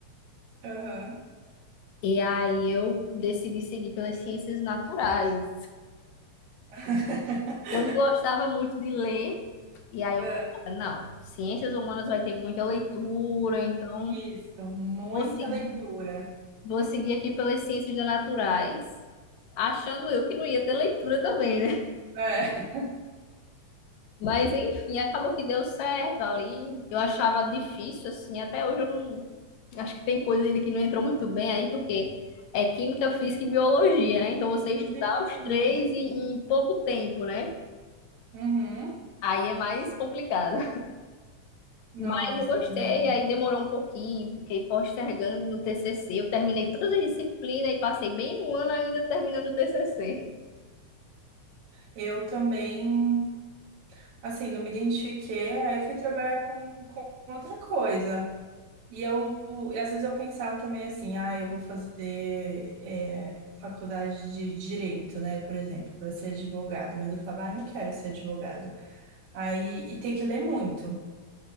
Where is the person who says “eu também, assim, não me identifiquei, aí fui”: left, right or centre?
Right